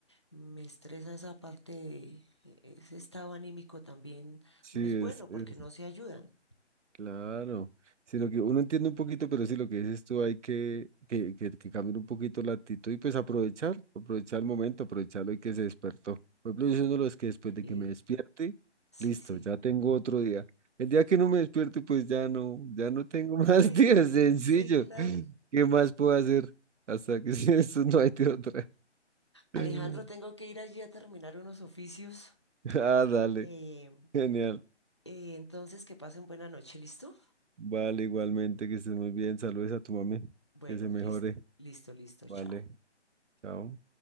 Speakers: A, on the left; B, on the right.
A: me estresa esa parte de- e- ese estado anímico también
B: sí,
A: no es
B: es,
A: bueno
B: es.
A: porque no se ayudan.
B: Claro, sino que uno entiende un poquito, pero sí lo que dices tú, hay que, que, que, que cambiar un poquito la actitud y pues aprovechar, aprovechar el momento, aprovechar hoy que se despertó. Por ejemplo, yo soy uno de los que después
A: Sí,
B: de que me despierte,
A: sí,
B: listo,
A: sí.
B: ya tengo otro día. El día que no me despierte, pues ya no, ya no tengo <laughs> más
A: Ay,
B: días,
A: Dios mío,
B: sencillo.
A: sí, claro.
B: ¿Qué más puedo hacer? Hasta que <laughs> si eso no hay de otra. <laughs>
A: Alejandro, tengo que ir allí a terminar unos oficios.
B: Ah, dale,
A: Eh,
B: genial.
A: eh, entonces, que pasen buena noche, ¿listo?
B: Vale, igualmente, que estés muy bien. Saludes a tu mami,
A: Bueno,
B: que se mejore.
A: listo, listo, listo,
B: Vale.
A: chao.
B: Chao.